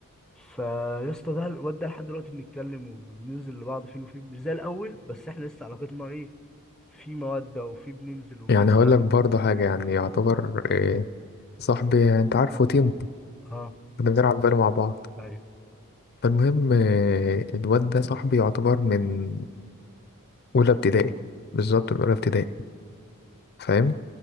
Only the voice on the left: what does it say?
يعني هقول لك برضه حاجه يعني يعتبر إيه صاحبي انت عارفه تيمو
كنا بنلعب فالو مع بعض
فالمهم آه، الواد ده صاحبي يعتبر من أولى ابتدائي بالظبط من أولى ابتدائي فاهم